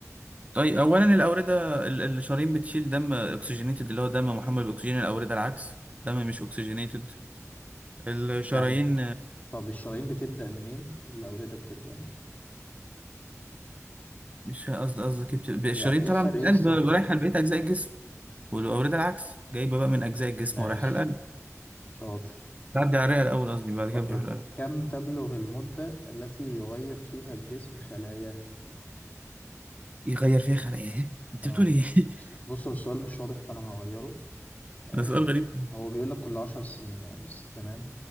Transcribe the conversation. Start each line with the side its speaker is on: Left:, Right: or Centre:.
Right: طيب أولا الأوردة ال- الشرايين بتشيل دم أكسجينيتد اللي هو دم محمل بأكسجين الأوردة العكس دم مش أكسجينيتد الشرايين
Left: يعني طب الشرايين بتبدأ منين والاوردة بتبدأ منين
Right: مش قصدي قصدك إيه؟ بت- الشرايين
Left: يعني ايه
Right: طالعه
Left: الفرق يا
Right: من
Left: اسطى
Right: القلب رايحه لبقيه اجزاء الجسم والأوردة العكس جايبة بقى من أجزاء الجسم
Left: ماشي
Right: ورايحة للقلب
Left: شاطر
Right: تعدي على الرئة الأول قصدي بعد كده
Left: طيب
Right: بتروح للقلب
Left: كم تبلغ المدة التي يغير فيها الجسم خلاياه؟
Right: يغير فيها خلق إيه؟ أنت
Left: اه
Right: بتقول إيه؟ <laughs>
Left: بص هو السؤال مش واضح فأنا هغيره آه
Right: ده سؤال غريب
Left: هو بيقول لك كل عشر سنين يعني بس تمام